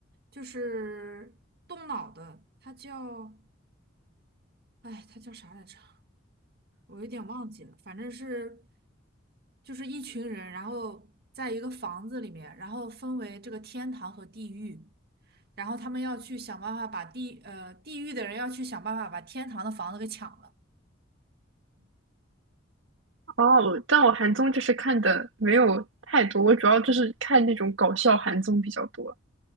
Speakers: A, on the right; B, on the right.
A: 就是动脑的，它叫，哎，它叫啥来着？我有点忘记了，反正是就是一群人，然后在一个房子里面，然后分为这个天堂和地狱，然后他们要去想办法把地呃地狱的人要去想办法把天堂的房子给抢了。
B: 哦，但我韩综就是看的没有太多，我主要就是看那种搞笑韩综比较多。